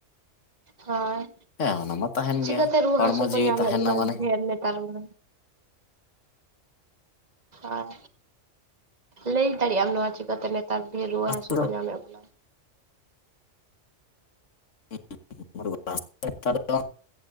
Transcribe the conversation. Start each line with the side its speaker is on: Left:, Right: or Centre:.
Right: ᱦᱳᱭ
Left: ᱦᱮᱸ ᱚᱱᱟ ᱢᱟ ᱛᱟᱦᱮᱱ
Right: ᱪᱤᱠᱟᱹᱛᱮ
Left: ᱜᱮᱭᱟ
Right: ᱨᱩᱣᱟᱹ
Left: ᱦᱚᱲᱢᱚ
Right: ᱦᱟᱹᱥᱩ ᱠᱚ
Left: ᱡᱤᱣᱤ
Right: ᱧᱟᱢᱮᱫ
Left: ᱛᱟᱦᱮᱱᱟ
Right: ᱵᱚᱱᱟ
Left: ᱢᱟᱱᱮ
Right: ᱰᱷᱮᱨ ᱱᱮᱛᱟᱨ ᱢᱟ ᱟᱨ ᱞᱟᱹᱭ ᱫᱟᱲᱮᱭᱟᱜ-ᱟᱢ ᱱᱚᱣᱟ ᱪᱤᱠᱟᱛᱮ ᱱᱮᱛᱟᱨ ᱜᱮ ᱨᱩᱣᱟᱹ ᱦᱟᱹᱥᱩ
Left: ᱯᱮᱜᱼᱟ
Right: ᱠᱚ ᱧᱟᱢᱮᱫ ᱵᱚᱱᱟ
Left: <unintelligible> ᱱᱮᱛᱟᱨ ᱫᱚ